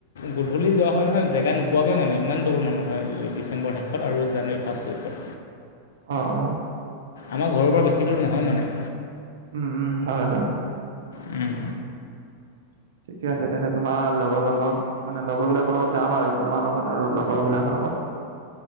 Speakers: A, on the left; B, on the right.
A: গধূলি যোৱা হয় নহয় জেগা। পোৱাকৈ মানে ইমান ডবল মানুহ হয় ডিচেম্বৰ শেষত আৰু জানুৱাৰী ফাৰ্ষ্ট উইকত।
B: অ অ,
A: আমাৰ ঘৰৰ পৰা বেছি দূৰ নহয় মানে।
B: উম উম হয় হয়।
A: উম।
B: ঠিকে আছে তেন্ত তোমাৰ লগৰজনৰ। মানে লগৰবিলাকৰ লগত যাম আৰু তোমাৰ লগত আৰু লগৰবিলাকৰ লগত।